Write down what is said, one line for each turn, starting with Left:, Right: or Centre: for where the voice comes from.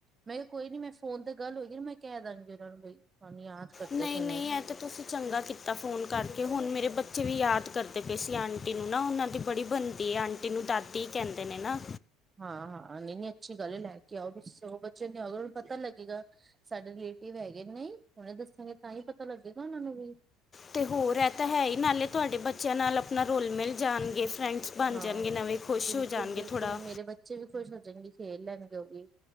Right: ਮੈਂ ਕਿਹਾ ਕੋਈ ਨੀ, ਮੈਂ ਫੋਨ ਤੇ ਗੱਲ ਹੋਏ ਗੀ, ਮੈਂ ਕਹਿ ਦਾਂਗੀ ਉਹਨਾਂ ਨੂੰ ਬਈ <unintelligible>
Left: ਨਹੀਂ- ਨਹੀਂ,
Right: ਨੇ।
Left: ਐਂ ਤਾਂ ਤੁਸੀਂ ਚੰਗਾ ਕੀਤਾ ਫੋਨ ਕਰਕੇ, ਹੁਣ ਮੇਰੇ ਬੱਚੇ ਵੀ ਯਾਦ ਕਰਦੇ ਪਏ ਸੀ, ਆਂਟੀ ਨੂੰ ਨਾ, ਉਹਨਾਂ ਦੀ ਬੜੀ ਬਣਦੀ ਏ, ਆਂਟੀ। ਟੀ ਨੂੰ, ਦਾਦੀ ਕਹਿੰਦੇ ਨੇ ਨਾ।
Right: ਹਾਂ- ਹਾਂ, ਨਹੀਂ- ਨਹੀਂ, ਅੱਛੀ ਗੱਲ ਹੈ ਲੈ ਕੇ ਆਓ ਵੀ ਉਹ ਬੱਚੇ ਨੂੰ ਲਿਆਓ ਨਾ ਪਤਾ ਲੱਗੇਗਾ। ਸਾਡੇ ਰਿਲੇਟਿਵ ਹੈਗੇ ਨੇ, ਹੁਣੇ ਦੱਸਾਂਗੇ ਤਾਂ ਈ ਪਤਾ ਲੱਗੇਗਾ ਉਹਨਾ ਨੂੰ ਵੀ।
Left: ਤੇ ਹੋਰ ਇਹ ਤਾਂ ਹੈ ਹੀ, ਨਾਲੇ ਤੁਹਾਡੇ ਬੱਚਿਆਂ ਨਾਲ ਅਪਣਾ ਰੋਲ- ਮਿਲ ਜਾਣਗੇ ਫਰੈਂਡਸ। ਬਣ
Right: ਹਾਂ।
Left: ਜਣਗੇ ਨਵੇਂ, ਖੁਸ਼
Right: ਬਿਲਕੁਲ
Left: ਹੋ ਜਾਣਗੇ
Right: ਬਿਲਕੁਲ
Left: ਥੋੜਾ।
Right: ਮੇਰੇ ਬੱਚੇ ਵੀ ਖੁਸ਼ ਹੋ ਜਾਣਗੇ, ਖੇਲ ਲੈਣਗੇ ਉਹ ਵੀ।